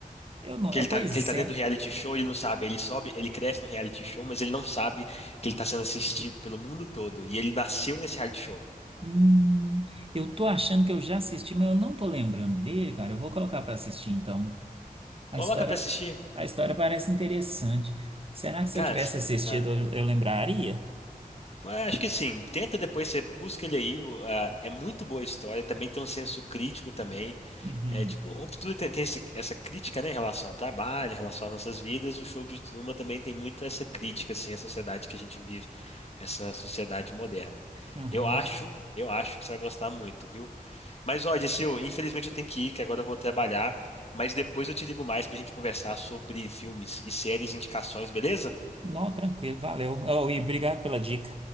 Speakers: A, on the right (about 40°); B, on the left (about 40°).
A: Eu não,
B: que
A: é,
B: ele
A: pois
B: tá, que ele tá
A: é.
B: dentro do reality show, ele não sabe, ele sobe, ele cresce no reality show, mas ele não sabe que ele tá sendo assistido pelo mundo todo e ele nasceu nesse reality show.
A: Hum, eu tô achando que eu já assisti, mas eu não tô lembrando dele, cara. Eu vou colocar pra assistir então. A
B: Coloca
A: história,
B: pra assistir.
A: a história parece interessante. Será que se
B: Cara,
A: eu tivesse
B: se-
A: assistido
B: ah,
A: eu, eu lembraria?
B: pô, é, acho que sim. Tenta depois, você busca ele aí. o- ah, é muito boa a história, também tem um senso crítico também.
A: Uhum.
B: É tipo, o tudo tem, tem esse- essa crítica, né, em relação ao trabalho, em relação às nossas vidas. O show de Truman também tem muito essa crítica, assim, à sociedade que a gente vive, essa sociedade moderna.
A: Aham.
B: Eu acho, eu acho que você vai gostar muito, viu? Mas, ó, Odisseu, infelizmente eu tenho que ir, que agora eu vou trabalhar. Mas depois eu te ligo mais pra gente conversar sobre filmes e séries, indicações, beleza?
A: Não, tranquilo, valeu. Oh, e obrigado pela dica.